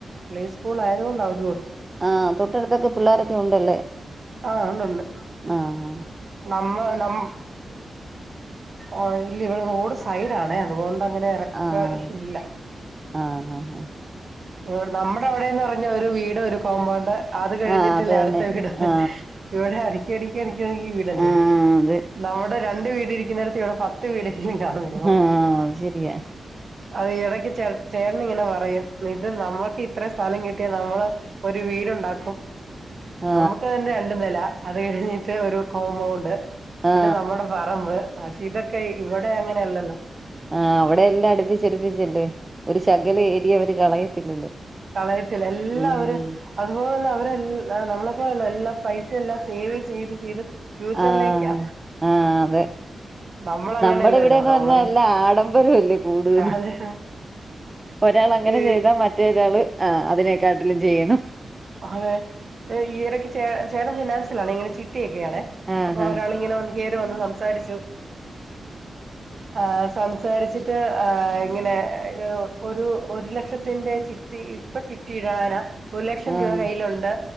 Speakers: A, on the right (about 50°); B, on the right (about 20°).
A: പ്ലേ സ്കൂളായതോണ്ട് അവധി കൊട്ത്ത്.
B: ആഹ് തൊട്ടട്ത്തൊക്കെ പിള്ളാരൊക്കെ ഉണ്ടല്ലേ?
A: ആഹ് ഉണ്ടു ണ്ട്.
B: ആഹ്.
A: നമ്മെ നം അഹ് ഇല്ല ഇവിടെ റോഡ് സൈഡാണെ അത് കൊണ്ട് അങ്ങനെ ഇറക്ക
B: ആഹ്
A: ഇല്ല
B: ആഹ് ഹ.
A: ഇടെ നമ്മടെ അവിടെന്ന് പറഞ്ഞ ഒരു വീട് ഒരു കോമ്പൗണ്ട് അത് കഴിഞ്ഞിട്ടില്ലേ
B: ആ അത് തന്നെ
A: അട്ത്ത വീട്
B: ആ
A: ഇവിടെ അട്ക്കി അട്ക്കി അട്ക്കി അട്ക്കി വീടല്ലെ
B: ആ അതെ
A: നമ്മുടെ രണ്ട് വീട് ഇരിക്കുന്നരത്ത് ഇവിടെ പത്ത് വീടങ്കിലും കാണും മിനിമം
B: ആ അത് ശരിയാ
A: അത് ഇടക്ക് ചേ ചേട്ടൻ ഇങ്ങനെ പറയും ഇത് നമ്മക്കിത്ര സ്ഥലം കിട്ടിയാ നമ്മള് ഒരു വീടുണ്ടാക്കും
B: ആ
A: നമുക്കതിന്റെ രണ്ട് നെല അത് കഴിഞ്ഞിട്ട് ഒരു കോമ്പൗണ്ട്
B: ആ
A: പിന്നെ നമ്മടെ പറമ്പ് അസീദൊക്കെ ഇവിടെ അങ്ങനെല്ലല്ലോ
B: ആഹ് അവിടെയെല്ലാം അടുപ്പിച്ചടുപ്പിച്ചല്ലേ ഒരു ശകലം ഏരി യഅവര് കളയത്തില്ലല്ലോ
A: കളയത്തി ല്ലഎല്ലാവര്
B: ഉം
A: അതുപോലെന്നെ അവരെല്ല നമ്മളെപ്പോലെല്ല എല്ലാ പൈസെല്ലാം സേവ് ചെയ്ത് ചെയ്ത് ഫ്യൂച്ചറിലേക്കാ
B: ആഹ് ആഹ് അതെ.
A: നമ്മളങ്ങനെയല്ലല്ലോ
B: നമ്മടെ ഇവിടെന്ന്
A: നമ്മളങ്ങനെ
B: പറഞ്ഞാല്ലാഡംബരം അല്ലേ കൂടുതല്
A: അതെ
B: ഒരാൾ അങ്ങനെ
A: ഈ
B: ചെയ്താ മറ്റൊരാൾ ആ അതിനെക്കാട്ടിലും ചെയ്യണം
A: അതെഇയൊടക്കെ ചേട്ടൻ ഫിനാൻസിൽ ആണ് ഇങ്ങനെ ചിറ്റി ഒക്കെയ ആണ്
B: ആഹ്
A: അപ്പൊ ഒരാള് ഇങ്ങനെ വന്ന് കയറിവന്നു സംസാരിച്ചു ആഹ് സംസാരിച്ചിട്ട് ഇങ്ങനെ ഒരു ഒരു ലക്ഷത്തിന്റെ ചി ട്ടി ഇപ്പ ചിറ്റി കീഴാന ഒരു ലക്ഷം
B: ആഹ്
A: രൂപ കയ്യിലുണ്ട്